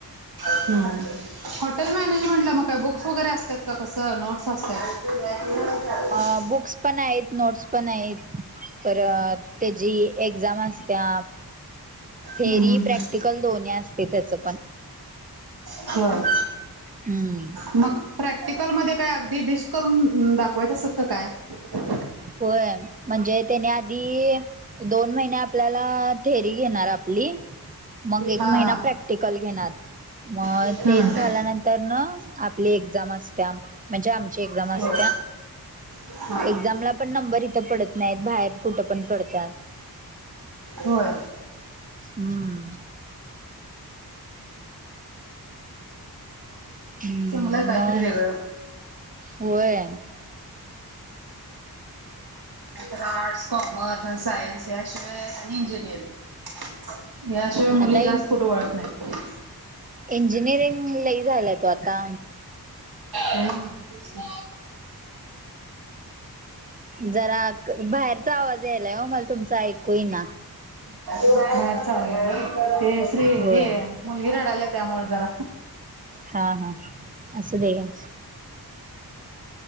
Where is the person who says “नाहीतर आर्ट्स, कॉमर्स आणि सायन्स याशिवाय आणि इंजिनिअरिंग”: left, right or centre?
Right